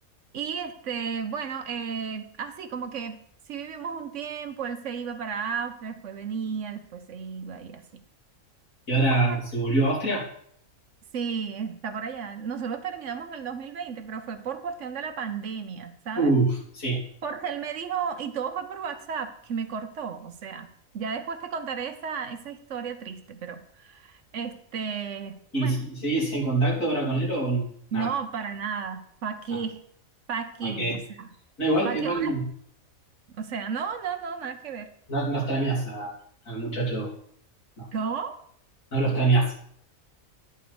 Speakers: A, on the right (about 65°); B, on the left (about 75°).
A: Y este, bueno, eh, así como que si vivimos un tiempo, él se iba para Austria, después venía, después se iba y así.
B: ¿Y ahora
A: Hasta
B: se volvió a Austria?
A: Sí, está por allá. Nosotros terminamos en el 2020, pero fue por cuestión de la pandemia, ¿sabes?
B: Uf, sí.
A: Porque él me dijo, y todo fue por WhatsApp, que me cortó. O sea, ya después te contaré esa, esa historia triste, pero este,
B: ¿Y
A: bueno,
B: si, seguís en contacto ahora con él o n-
A: no,
B: nada?
A: para nada. ¿Para qué?
B: Nada.
A: ¿Para qué?
B: Ok.
A: O sea,
B: No, igual,
A: ¿para
B: igual
A: qué? voy a- O sea, no, no, no, nada que ver.
B: no, no extrañás a- al muchacho, no,
A: ¿Cómo?
B: no lo extrañás.